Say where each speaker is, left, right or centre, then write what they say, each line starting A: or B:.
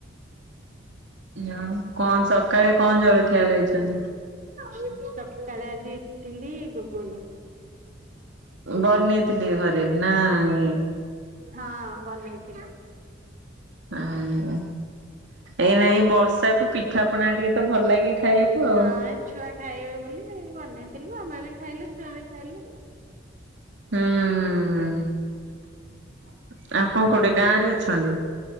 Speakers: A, on the right (about 65°); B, on the right (about 40°).
A: ଆଉ କଣ ସକାଳେ କଣ ଜଳଖିଆ ଖାଇଛନ୍ତି?
B: ସକାଳେ ଆଜି ଇଟିଲି ଘୁଗୁନି।
A: ବନେଇଥିଲେ ଘରେ ନା ଇଏ
B: ହଁ ବନେଇଥିଲେ।
A: ହୁଁ ଏଇ ନାଇଁ ବର୍ଷାକୁ ପିଠାପଣା ଟିକେ ତ ଭଲ ଲାଗେ ଖାଇବାକୁ। ଆଉ।
B: ହଁ ଏ ଛୁଆ ଖାଇବେ ବୋଲି ବନେଇଥିଲୁ ଆମେ ବି ଖାଇଲୁ ଛୁଆ ବି ଖାଇଲେ।
A: ହୁଁ ହୁଁ ହୁଁ ଆପଣ କୋଉଠେ ଗାଁ ରେ ଅଛନ୍ତି?